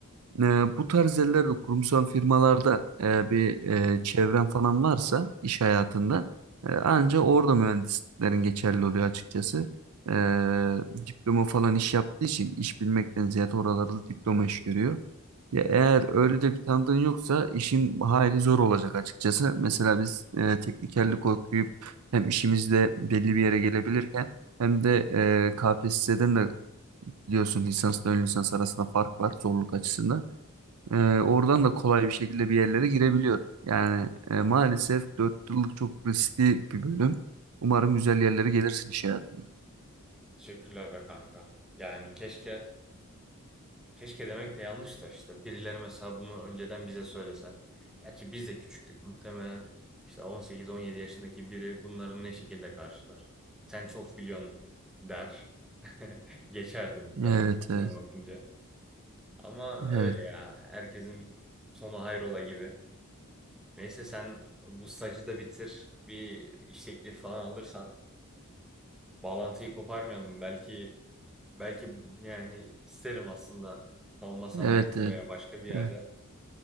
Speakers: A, on the right; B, in the centre.
A: E, bu tarz yerlerde kurumsal firmalarda e, bir e, çevren falan varsa iş hayatında e, anca orada mühendislerin geçerli oluyor açıkçası. E, diploma falan iş yaptığı için iş bilmekten ziyade oralarda diploma iş görüyor. Ya eğer öyle de bir tanıdığın yoksa işin hayli zor olacak açıkçası. Mesela biz e, teknikerlik okuyup hem işimizde belli bir yere gelebilirken hem de e, KPSS'den de biliyorsun lisansla ön lisans arasında fark var zorluk açısından. Ee, oradan da kolay bir şekilde bir yerlere girebiliyorum. Yani e, maalesef 4 yıllık çok riskli bir bölüm. Umarım güzel yerlere gelirsin iş hayatında.
B: Teşekkürler be kanka. Yani keşke keşke demek de yanlış da işte birileri mesela bunu önceden bize söylese. Gerçi biz de küçüktük muhtemelen işte 18-17 yaşındaki biri bunların ne şekilde karşılar. Sen çok biliyorsun der. <laughs> Geçerdi muhtemelen
A: Evet,
B: kendime
A: evet,
B: bakınca. Ama
A: evet,
B: öyle ya herkesin sonu hayrola gibi. Neyse sen bu stajı da bitir. Bir iş teklifi falan alırsan bağlantıyı koparmayalım. Belki Belki yani isterim aslında savunma sanayinde
A: evet, evet.
B: veya başka bir yerde.
A: Evet.